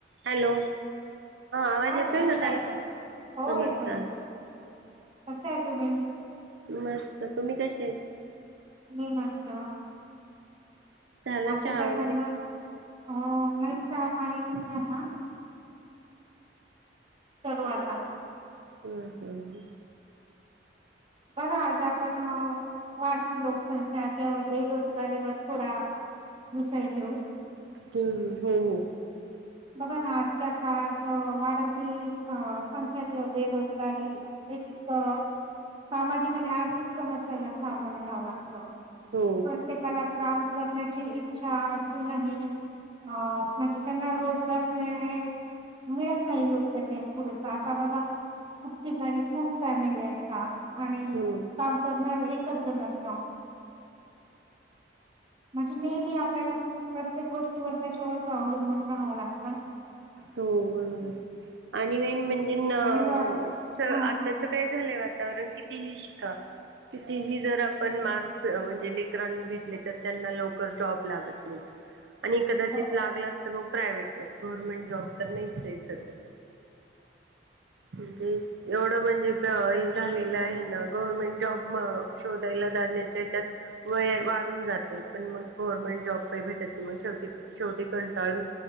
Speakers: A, on the right (about 90°); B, on the right (about 35°).
A: हॅलो आवाज
B: हा
A: येतोय
B: नमस्कार
A: ना ताई
B: स हो
A: नमस्कार
B: येतोय कश्या आहे तुम्ही
A: मस्त तुम्ही कसे आहेत.
B: मी मस्त
A: झालं
B: बाकी
A: चहा
B: काय
A: वगैरे
B: चाललं, हो नाहीच, चहा पाणी नाही झाला करू आता
A: हं हं!
B: बघा आज आपण वाढती लोकसंख्या तेव्हा बेरोजगारीवर थोडा विषय घेऊ
A: हू हू हू!
B: बघा ना आजच्या काळात त वाढती अ संख्या किंवा बेरोजगारी एक सामाजिक आणि आर्थिक समस्यांना सामोर जावं लागत
A: हो
B: प्रत्येकाला काम करण्याची इच्छा असूनही अ म्हणजे त्यांना रोज गार मिळणे मिळत नाही योग्य ते पुरेस, आत्ता बघा. खूप ठिकाणी खूप फॅमिली असता, आणि
A: हो
B: काम करणार एकच जण असत <inaudible> म्हणजे नेहमी आपल्याला प्रत्येक गोष्टीवर त्याच्यावर स्वावंबून राहावं लागत
A: हो बरोबर आणि मेन म्हणजे जेनां
B: आणि व हा
A: आताच
B: हा
A: काय झालंय त्याच्यावरून कितीही शिका कितीही जर आपण मार्कस म्हणजे ले इतरांनी घतले तर त्यांना लवकर जॉब लागत नाहीत आणि कदाचित
B: बरोबर
A: लागलं तर मग प्रायव्हेट गव्हर्मेंट जॉब तर नाहीच आहे सध्या म्हणजे एवढं म्हण जे हे झालेलं आहे ना गव्हर्मेंट जॉब म शोधायला जाण्याच्या हच्यात वय वाढून जाते पण मग गव्हर्मेंट जॉब काही भेटत नाही मग शेवटी शेवटी कंटाळून